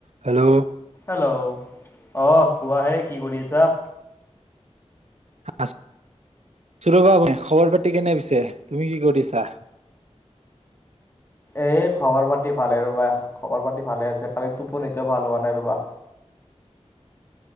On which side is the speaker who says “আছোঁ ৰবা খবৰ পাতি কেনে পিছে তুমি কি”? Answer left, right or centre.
Right